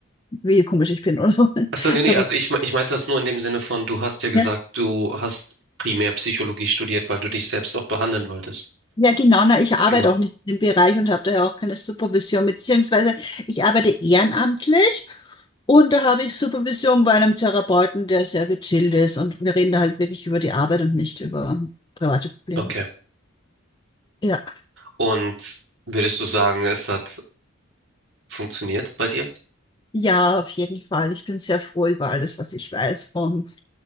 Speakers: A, on the left; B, on the right.
A: wie komisch ich bin oder so. <laughs>
B: Achso, nee,
A: Sondern,
B: nee, also ich, me- ich meinte das nur in dem Sinne von, du hast ja gesagt,
A: ja.
B: du hast primär Psychologie studiert, weil du dich selbst auch behandeln wolltest.
A: Ja, genau, na, ich arbeite
B: Genau.
A: auch nicht in dem Bereich und habe daher auch keine Supervision, beziehungsweise ich arbeite ehrenamtlich und da habe ich Supervision bei einem Therapeuten, der sehr gechillt ist und wir reden da halt wirklich über die Arbeit und nicht über private Probleme.
B: Okay.
A: Ja.
B: Und würdest du sagen, es hat funktioniert bei dir?
A: Ja, auf jeden Fall. Ich bin sehr froh über alles, was ich weiß. Und